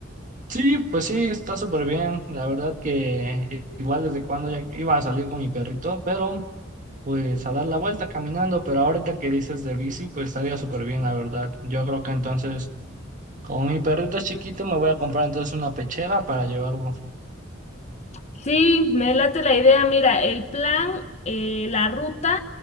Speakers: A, on the right (about 40°); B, on the left (about 35°).
A: sí, pues sí, está súper bien. La verdad que eh, igual desde cuando ya iba a salir con mi perrito, pero pues a dar la vuelta caminando, pero ahorita que dices de bici, pues estaría súper bien, la verdad. Yo creo que entonces, como mi perrito es chiquito, me voy a comprar entonces una pechera para llevarlo.
B: Sí, me late la idea. Mira, el plan, eh, la ruta